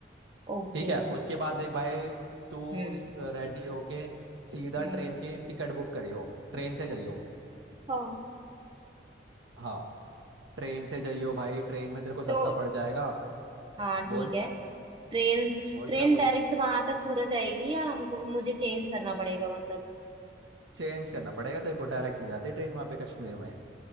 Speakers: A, on the right; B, on the right.
A: ओके
B: ठीक है उसके बाद देख भाई तू
A: हम्म
B: रेडी होके सीधा
A: हम्म
B: ट्रेन की टिकट बुक करियो ट्रेन से जाइयो
A: हाँ
B: हाँ ट्रेन से जाइयो भाई ट्रेन में तेरे को सस्ता
A: तो
B: पड़ जाएगा
A: हाँ ठीक
B: बोल
A: है ट्रेन
B: बोल
A: ट्रेन
B: क्या बोल
A: डायरेक्ट
B: रहे
A: वहां तक पूरा जाएगी या हमको मुझे चेंज करना पड़ेगा मतलब
B: चेंज करना पड़ेगा तेरे को डायरेक्ट नहीं जाती ट्रेन वहाँ पे कश्मीर में